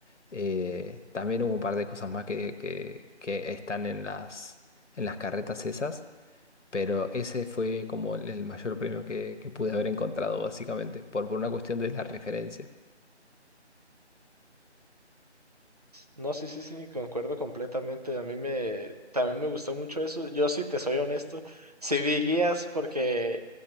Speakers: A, on the left; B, on the right.
A: Eh, también hubo un par de cosas más que, que que están en las, en las carretas esas. Pero ese fue como el el mayor premio que, que pude haber encontrado, básicamente, por, por una cuestión de la referencia.
B: no, sí, sí, sí, concuerdo completamente. A mí me, también me gustó mucho eso. Yo, si te soy honesto, sí vi guías porque,